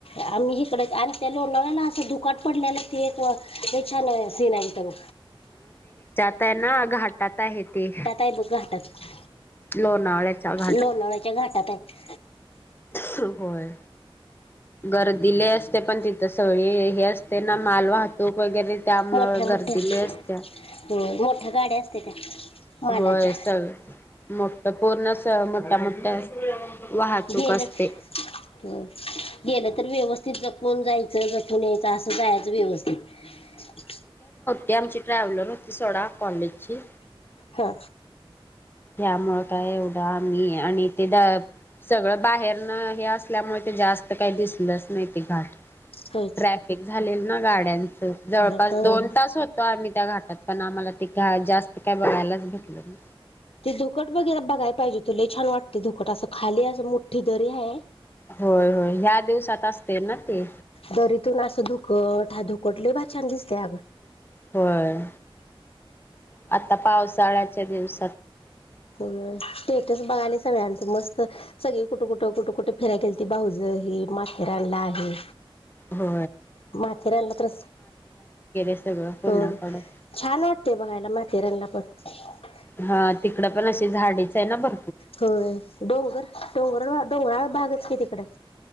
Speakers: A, on the left; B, on the left.
A: आम्ही इकडे आणि त्या ल नव्याला असं दुकाट पडलेलं ते एक हे छान सी नाहीई करव
B: य ना घाटात आहे ते
A: आहे बघ घाटात
B: लोणावळ्याचा घाट
A: लोणावळ्याच्या घाटात आहे
B: होय गर्दीले असते पण तिथं सगळी हे असते ना माल वाहतूक वगैरे त्यामुळे
A: मोठ्या मोठ्या
B: गर्दी लय असत्या
A: मोठ्या गाड्या असते त्या मालाच्या
B: होय सगळ मोठ पूर्ण स मोठ्या मोठ्या वाहतूक
A: गेलच
B: असते
A: हो गेलच तर व्यवस्थित जपून जायचं जपून यायचं असं कयचं व्यवस्थित
B: ते आमची ट्रॅव्हलर होती सोडा कॉलेजची
A: हा
B: त्यामुळें काय एवढं आम्ही आणि ते द सगळं बाहेरन हे असल्यामुळे ते जास्त काही दिसलंच नाही ते घाट
A: होय
B: ट्रॅफिक झालेल ना गाड्यांचं जवळपास
A: हा
B: दोन तास होतो आम्ही त्या घाटात पण आम्हाला त का जास्त काय बघयलाच भेटलं नाही
A: धुकट वगैरे बघाय पाहिजे तुला छान वाटते धुकट असं खाली असं मोठ्ठी दरी आहे
B: होय होय ह्या दिवसात असते ना ते
A: दरीतून असं दुखट धुकटले बा छान दिसते अगं
B: होय आता पावसाळ्याच्या दिवस
A: हो सेटस बघाले सगळ्यांच मस्त सगळी कुट कुठं कुट कुठे फिराय गेल तती बा भाहज हे माथे रा आणला आहे
B: हो
A: माथेरानला त्रस
B: सगळं पुण्याकडं.
A: हो छान वाटतेय बघायला माथेरानला पण ह
B: हा तिकड पण अशी झाडेच आहे ना बघ
A: होय डोंगर डोंगर डोंगरा भागच क तिकड